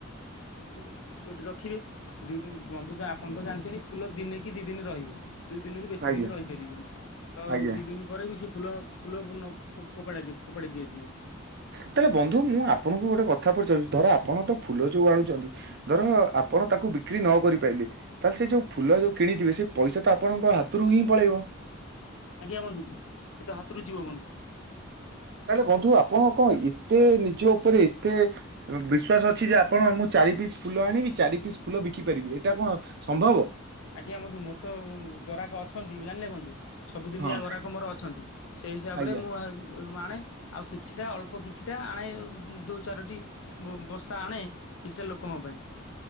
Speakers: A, on the left; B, on the right.
A: ନେଇକି ସେଠି ଫୁଲଟି ରଖିବେ ଦୁଇ ଦିନ ବନ୍ଧୁ ତ ଆପଣ ତ ଜାଣିଛନ୍ତି ଫୁଲ ଦିନେ କି ଦି ଦିନ ରହିବ। ଦୁଇ ଦିନରୁ ବେଶୀ
B: ଆଜ୍ଞା
A: ଦିନ ରହିପାରିବେନି ତ
B: ଆଜ୍ଞା
A: ଦିଇ ଦିନ ପରେ ବି ସେ ଫୁଲ ଫୁଲ କୁ ନ ଫୋ-ଫୋପାଡା ଦି ଫୋପାଡ଼ି ଦିଆଯିବ।
B: ତାହେଲେ ବନ୍ଧୁ ମୁଁ ଆପଣଙ୍କୁ ଗୋଟେ କଥା ପଚାରୁଚି ଧର ଆପଣ ତ ଫୁଲ ଯୋଉ ଆଣୁଚନ୍ତି ଧର ଆପଣ ତାକୁ ବିକ୍ରି ନ କରି ପାଇଲେ ତାହେଲେ ସେ ଯୋଉ ଫୁଲ ଯୋଉ କିଣିଥିବେ ସେ ପଇସା ତ ଆପଣଙ୍କ ହାତରୁ ହିଁ ପଳେଇବ
A: ଆଜ୍ଞା ବନ୍ଧୁ ସେ ତ ହାତରୁ ଯିବ ବନ୍ଧୁ।
B: ତାହେଲେ ବନ୍ଧୁ ଆପଣ କଣ ଏତେ ନିଜ ଉପରେ ଏତେ ବିଶ୍ଵାସ ଅଛି ଯେ ଆପଣ ମୁଁ ଚା ଚାରି ପିସ୍ ଫୁଲ ଆଣିବି ଚାରି ପିସ୍ ଫୁଲ ବିକି ପାରିବି ଏଇଟା କଣ ସମ୍ଭବ?
A: ଆଜ୍ଞା ବନ୍ଧୁ ମୋର ତ ଗରାଖ ଅଛନ୍ତି ଜାଣିଲେ ବନ୍ଧୁ। ସବୁଦିନିଆ
B: ହଁ
A: ଗରାଖ ମୋର ଅଛନ୍ତି ସେଇ ହିସାବରେ
B: ଆଜ୍ଞା।
A: ମୁଁ ମୁଁ ଆଣେ ଆଉ କିଛିଟା ଅଳ୍ପ କିଛିଟା ଆଣେ ଦୁଇ ଚାରୋଟି ବସ୍ତା ଆଣେ କଛିଟା ଲୋକଙ୍କ ପାଇଁ।